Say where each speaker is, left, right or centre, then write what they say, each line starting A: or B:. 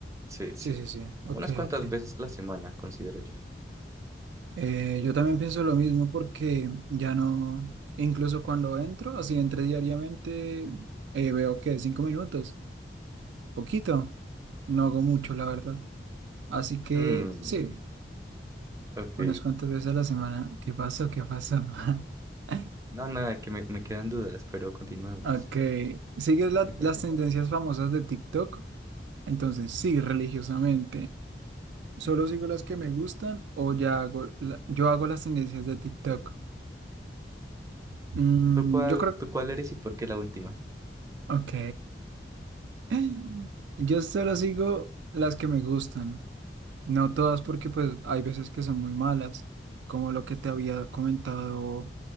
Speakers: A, on the right (about 20°); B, on the right (about 85°).
A: Sí, sí,
B: Sí, sí, sí. Ok,
A: unas cuantas
B: ok.
A: veces a la semana, considero yo.
B: Eh, yo también pienso lo mismo porque ya no, incluso cuando entro, así entre diariamente, eh, veo que cinco minutos, poquito, no hago mucho, la verdad. Así que
A: Hmm,
B: sí,
A: ok,
B: unas cuantas veces a la semana. ¿Qué pasó? ¿Qué pasó? <laughs>
A: no, nada, que me, me quedan dudas, pero continuemos.
B: Ok, ¿sigues la-
A: <laughs>
B: las tendencias famosas de TikTok? Entonces, sí, religiosamente. ¿Solo sigo las que me gustan o ya hago, la- yo hago las tendencias de TikTok? Mm,
A: ¿Tú cuál,
B: yo creo,
A: tú cuál eres y por qué la última?
B: ok. <laughs> Yo solo sigo las que me gustan, no todas porque pues hay veces que son muy malas, como lo que te había comentado